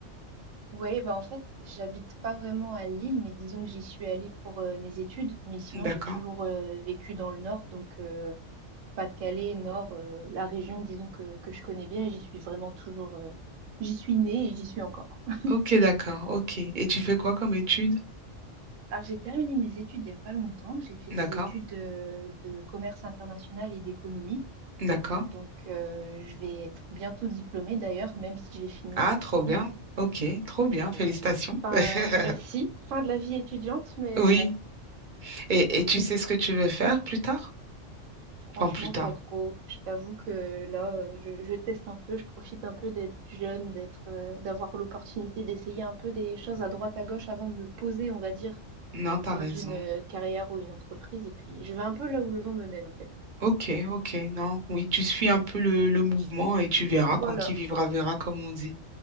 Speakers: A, on the right (about 75°); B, on the right (about 45°).
A: Ouais, bah en fait, j'habite pas vraiment à Lille, mais disons que j'y suis allée pour euh, mes études. Mais sinon,
B: D'accord.
A: j'ai toujours euh, vécu dans le nord, donc euh, Pas-de-Calais, nord, euh, la région, disons que, que je connais bien et j'y suis vraiment toujours. euh, j'y suis née et j'y suis encore. <laughs>
B: Ok, d'accord, ok. Et tu fais quoi comme étude?
A: Alors, j'ai terminé mes études il y a pas longtemps. J'ai fait
B: D'accord,
A: des études euh, de commerce international et d'économie.
B: d'accord.
A: Donc, euh, je vais être bientôt diplômée d'ailleurs, même si j'ai fini
B: Ah,
A: en septembre.
B: trop bien. Ok, trop bien,
A: Donc,
B: félicitations.
A: euh, fin-
B: <laughs>
A: merci. Fin de la vie étudiante, mais
B: Oui.
A: bon,
B: Et, et tu sais ce que tu veux faire plus tard?
A: franchement,
B: Enfin, plus tard.
A: pas trop. Je t'avoue que là, euh, je, je teste un peu, je profite un peu d'être jeune, d'être, euh, d'avoir l'opportunité d'essayer un peu des choses à droite, à gauche avant de me poser, on va dire,
B: Non, t'as
A: dans
B: raison.
A: une euh, carrière ou une entreprise. Et puis, je vais un peu là où le vent me mène, en fait.
B: Ok, ok, non, oui, tu suis un peu le, le mouvement et tu verras, quoi.
A: Voilà.
B: Qui vivra, verra, comme on dit.